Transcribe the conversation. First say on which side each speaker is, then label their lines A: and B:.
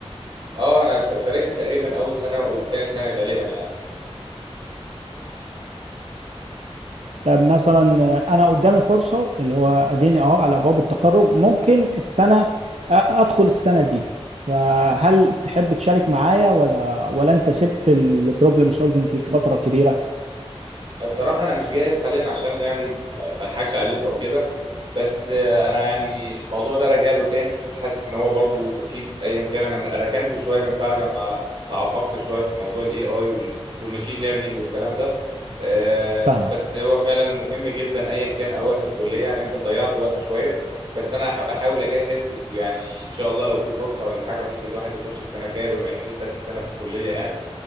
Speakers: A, on the right; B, on the right.
A: اه انا ش- شاركت تقريبا اول سنه وتاني سنه غالبا يعني
B: طب مثلا آه، انا قدامي فرصه اللي هو اديني اهو على ابواب التخرج ممكن السنه أ- ادخل السنه دي فهل تحب تشارك معايا ولا ولا انت سبت البروبلم سولفنج لك فتره كبيره
A: الصراحه انا مش جاهز حاليا عشان يعني م- ما اضحكش عليك او كده بس آه، انا يعني الموضوع ده راجع له تاني حاسس ان هو برضو مفيد ايا كان انا ركنته شويه من بعد ما تعمقت شويه في موضوع الاي اي والماشين ليرنينج والكلام ده آه،
B: فاهمك
A: بس هو فعلا مهم جدا ايا كان او وقت الكليه انا يمكن ضيعت وقت شويه بس انا حب- بحاول اجهز ويعني ان شاء الله لو في فرصه ولا حاجه ممكن الواحد يخش السنه الجايه بما ان لسه في سنه في الكليه يعني